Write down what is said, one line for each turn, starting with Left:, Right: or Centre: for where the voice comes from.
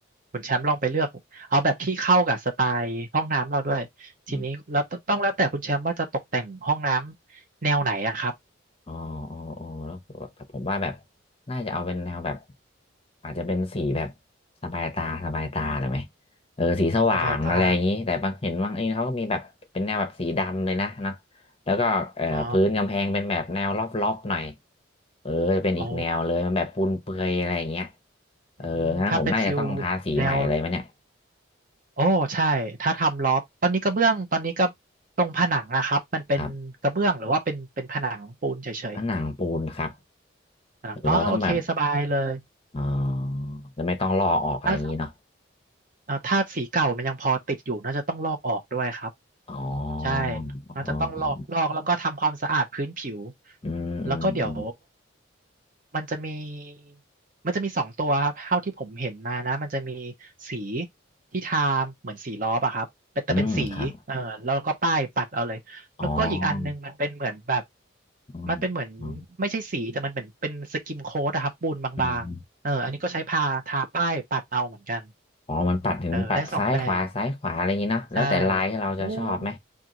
Right: คุณแชมป์ลองไปเลือกเอาแบบที่เข้ากับสไตล์ห้องน้ำเราด้วยทีนี้แล้วตต้องแล้วแต่คุณแชมป์ว่าจะตกแต่งห้องน้ำแนวไหนอะครับ
Left: ออ อ๋ออ๋ออ๋อแล้วแบบผมว่าแบบน่าจะเอาเป็นแนวแบบอาจจะเป็นสีแบบสบายตาสบายตาหน่อยไหมเออสีสว่างอะไรอย่างนี้แต่บางเห็นบางนี่เขาก็มีแบบเป็นแนวแบบสีดำเลยนะเนาะ
Right: สบายตา
Left: แล้วก็เอ่อพื้นกำแพงเป็นแบบแนวรอบๆหน่อย
Right: อ๋อ
Left: เออจะเป็นอีกแนวเลยมันแบบปูนเปื่อยอะไรอย่างเงี้ย
Right: อ๋อ
Left: เอองั้นผมน่าจะต้องทาสีใหม่เลยไหมเนี่ย
Right: อืมถ้าเป็นฟิลแนวโอ้ใช่ถ้าทำลอฟตอนนี้กระเบื้องตอนนี้ก็ตรงผนังนะครับมันเป็นกระเบื้องหรือว่าเป็นเป็นผนังปูนเฉย
Left: ครับผนังปูนครับ
Right: ๆผนังอ๋อโอเคสบายเลย
Left: หรือเราต้องแบบเออจะไม่ต้องลอกออกอะไรอย่างนี้เนาะ
Right: แล้ว เอ่อธาตุสีเก่ามันยังพอติดอยู่น่าจะต้องลอกออกด้วยครับ
Left: อ๋อ
Right: ใช่
Left: อ๋ออ๋อ
Right: น่าจะต้องลอกลอกแล้วก็ทำความสะอาดพื้นผิว
Left: อืมอืมอืม
Right: แล้วก็เดี๋ยวมันจะมีมันจะมีสองตัวครับเท่าที่ผมเห็นมานะมันจะมีสีที่ทาเหมือนสีล้อปะครับเป็นแต่เป็นสีเออแล้วก็ป้ายปัดเอาเลย
Left: อืมครับอ๋อ
Right: แล้วก็อีกอันนึงมันเป็นเหมือนแบบ
Left: อ๋มอื
Right: มันเป็นเหมือนไม่ใช่สีแต่มันเป็นเป็นสกิมโค้ดอะครับปูนบางๆเอออันนี้ก็ใช้พาทาป้ายปัดเอาเหมือนกัน
Left: ออืมอ๋อมันปัดถึงปัดซ้ายขวาซ้ายขวาอะไรอย่างนี้เนาะแล้วแต่ลายที่เราจะชอบไหม
Right: เออได้สองแบบ ใช่โอ้ย